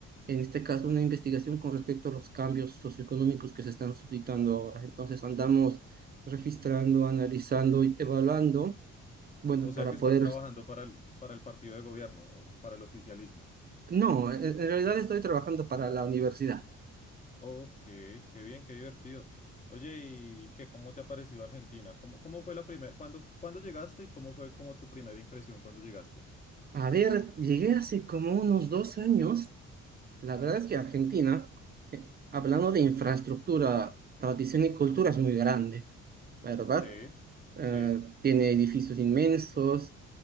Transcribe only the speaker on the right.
en este caso, una investigación con respecto a los cambios socioeconómicos que se están suscitando ahora. Entonces, andamos registrando, analizando y evaluando, bueno,
para
poder...
No, en en realidad estoy trabajando para la universidad.
A ver, llegué hace como unos dos años. La verdad es que Argentina, eh, hablando de infraestructura, tradición y cultura, es muy grande. ¿verdad?
Eh,
tiene edificios inmensos,